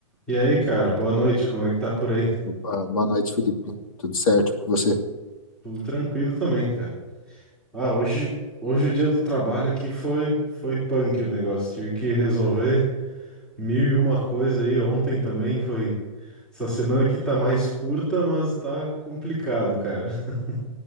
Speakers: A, in the centre; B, on the left.
A: E aí, cara, boa noite. Como é que tá por aí?
B: Ah, boa noite, Felipe. Tudo certo com você?
A: Tudo tranquilo também, cara. Ah, hoje, hoje o dia do trabalho aqui foi foi punk o negócio. Tive que resolver mil e uma coisa aí. Ontem também foi. Essa semana aqui tá mais curta, mas tá complicado, cara. <laughs>